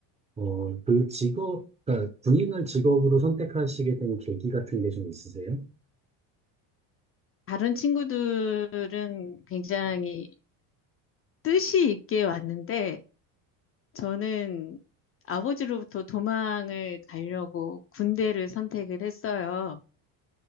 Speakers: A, on the right; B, on the left.
A: 어, 그 직업, 그러니까 군인을 직업으로 선택하시게 된 계기 같은 게 좀 있으세요?
B: 다른 친구들은 굉장히 뜻이 있게 왔는데, 저는 아버지로부터 도망을 가려고 군대를 선택을 했어요.